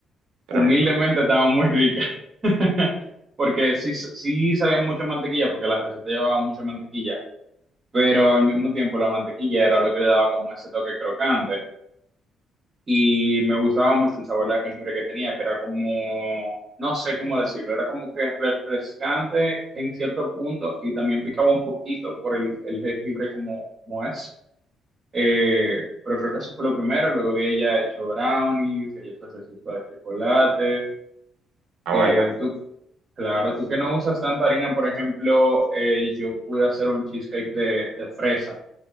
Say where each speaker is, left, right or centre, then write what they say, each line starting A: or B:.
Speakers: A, on the right; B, on the right.
A: tremendo.
B: humildemente, estaban muy ricas. <laughs> Porque sí, sí sabían mucha mantequilla, porque la receta llevaba mucha mantequilla. Pero al mismo tiempo, la mantequilla era lo que le daba como ese toque crocante. y me gustaba mucho el sabor de jengibre que tenía, que era como, no sé cómo decirlo, era como que refrescante en cierto punto y también picaba un poquito por el, el jengibre como, como es. Eh, pero creo que eso fue lo primero, luego de ella he hecho brownies, galletas de chispa de chocolate.
A: Ah,
B: Eh,
A: vaya,
B: tú, claro, tú que no usas tanta harina, por ejemplo, eh, yo pude hacer un cheesecake de, de fresa,